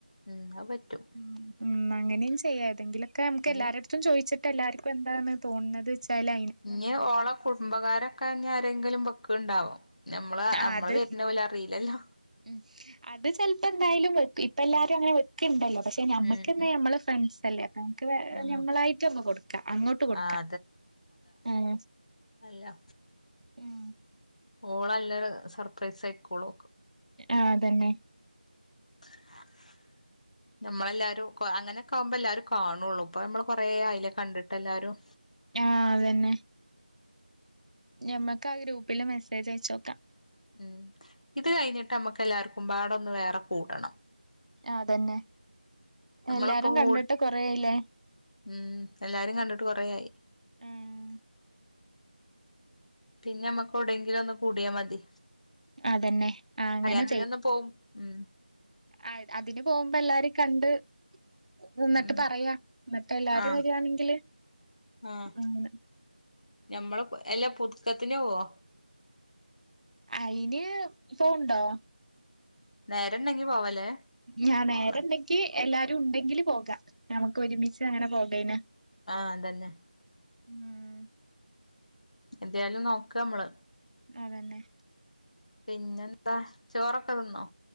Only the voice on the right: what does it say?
ഉം ഉം അങ്ങനിം ചെയ്യാ ഏതെങ്കിലൊക്കേ നമുക്ക്
എല്ലാരടത്തും ചോയിച്ചിട്ട് എല്ലാര്ക്കും എന്താണ് തോണ്ത്ച്ചാല്
അത്
ഉം അത് ചെല് പ്പോ ന്തായാലും വെക്കും ഇപ്പ എല്ലാരും അങ്ങനെ വെ ക്ക്ണ്ടല്ലോ പക്ഷേ ഞമ്മക്കെന്താ
ഞമ്മളെ ഫ്രണ്ട്സല്ലേ നമുക്ക് വേ
ഞമ്മളായിട്ട് ഒന്ന് കൊട്ക്കാ അങ്ങോട്ട് കൊട്ക്കാ
ഉം
ഉം
ആഹ് അതന്നെ
ആഹ് അതന്നെ ഞമ്മക്ക് ആ ഗ്രൂപ്പില് മെസ്സേജ് അയച്ചോക്കാ
അതന്നെ
എല്ലാരും
കണ്ടിട്ട് കൊറേ ആയില്ലേ?
ആഹ്
അതന്നെ ആഹ് അങ്ങനെ
ആ അതിന് പോകുമ്പോ എല്ലാ രിം കണ്ട്. ഉ ഇന്നിട്ട്
പറയാ ന്നിട്ട് എല്ലാരും
വരാണെങ്കില്
അങ്ങനെ
അയിന് ഇ പോവ്ണ്ടോ?
ഞാൻ നേരെണ്ടെങ്കി
എല്ലാരും ഉണ്ടെങ്കില് പോകാം ഞമക്ക് ഒരുമിച്ച് അങ്ങനെ പോകേനെ.
ഉം
അതന്നെ.